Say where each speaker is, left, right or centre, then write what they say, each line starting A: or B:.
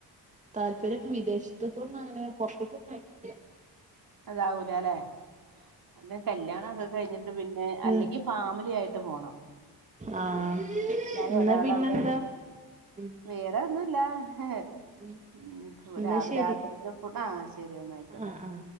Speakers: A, on the right; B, on the right.
A: താല്പര്യം വിദേശത്ത്ക്കൊന്നും അങ്ങനെ പൊറത്ത്ക്കൊന്നും അയക്കൂല
B: അതാവൂലാലേ അല്ലെ കല്യാണൊക്കെ കഴിഞ്ഞിട്ട് പിന്നെ അല്ലെങ്കി
A: ഉം
B: ഫാമിലി ആയിട്ട് പോണം
A: ആഹ്
B: അല്ലാതെ
A: എന്നാ
B: ഒരാൾ
A: പിന്നെന്താ
B: അവിടെ ഒരാ
A: ഉം
B: വേറെ ഒന്നുല്ല ഹെ
A: ഉം
B: ഉം
A: എന്നാ
B: രാവില
A: ശരി
B: രാത്രിക്കത്തെ ഫുഡ് ആ ശരി എന്നാ ആയിക്കോട്ടെ
A: ആ ആ